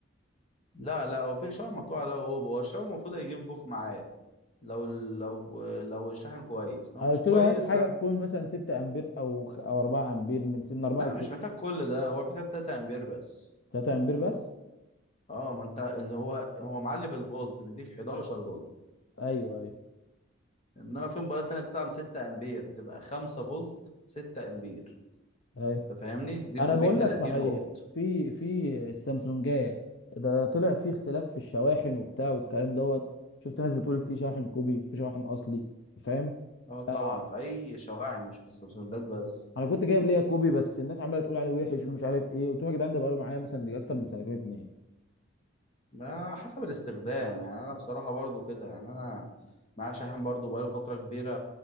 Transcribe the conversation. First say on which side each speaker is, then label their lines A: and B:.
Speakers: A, on the left (about 30°); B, on the left (about 55°).
A: لا لا هو في شاحن مقطوع له هو هو الشاحن المفروض يجيب فوق معاه لو ال- لو لو الشاحن كويس لو
B: قلت
A: مش كويس
B: له هات حاجه
A: لا
B: تكون مثلا 6 امبير او خ- او 4 امبير من من 4
A: لا
B: ل
A: مش
B: 6
A: محتاج كل ده هو محتاج 3 امبير بس
B: 3 امبير بس
A: اه ما انت اللي هو هو معلي في الفولت مديك 11 فولت
B: ايوه ايوه
A: انما في مباراه تانية بتدعم 6 امبير بتبقى 5 فولت 6 امبير
B: ايوه
A: انت فاهمني دي
B: انا
A: بتديك
B: بقول
A: 30
B: لك صحيح
A: واط
B: في في السامسونجات ده طلع في اختلاف في الشواحن وبتاع والكلام دوت شفت ناس بتقول في شاحن كوبي في شاحن اصلي فاهم
A: اه طبعا
B: آه آه،
A: في اي شواحن مش في السبسونجات بس
B: انا كنت جايب ليا كوبي بس الناس عماله تقول عليه وحش ومش عارف ايه قلت لهم يا جدعان ده بقاله معايا مثلا يجي اكتر من سنتين اتنين
A: ما حسب الاستخدام يعني انا بصراحه برضو كده يعني انا معايا شاحن برضو بقاله فتره كبيره